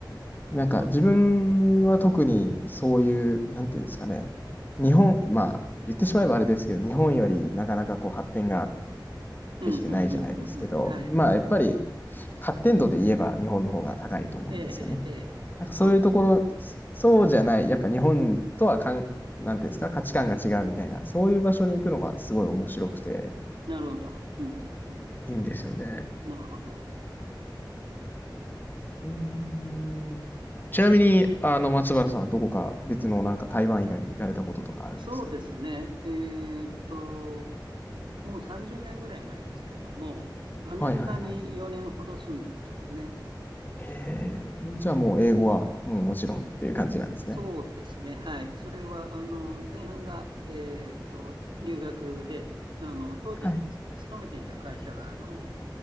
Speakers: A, on the left; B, on the right.
A: なんか自分は特にそういう、
B: そ
A: なんていうんですかね、日本、まあ言ってしまえばあれですけど、日本よりなかなかこう発展が
B: うんうんうんうんうん。
A: できてないじゃないですけど、
B: はい。
A: まあやっぱり発展度で言えば日本の方が高いと思うんですよね。
B: ええ、ええ、ええ。
A: なんかそういうところ、
B: そうです。
A: そそうじゃない、やっぱ日本とはかん、なんていうんですか、価値観が違うみたいな、そういう場所に行くのがすごい面白くて、
B: なるほど。うんうんう
A: いいんですよね。
B: ん。なるほど。
A: うーん。ちなみに、あの、松原さんはどこか別のなんか台湾以外に行かれたこととかあるんですか
B: そうですね。えーっと、もう30年ぐらい前ですけども、アメリカに4年ほど住んでましたね。
A: はいはいはい。へえ、じゃあもう英語はもうもちろんっていう感じなんですね。
B: そうですね。はい。それは、あの、前半が、えーっと、留学で、あの、当時、
A: はい。
B: つ勤めていた会社が、あの、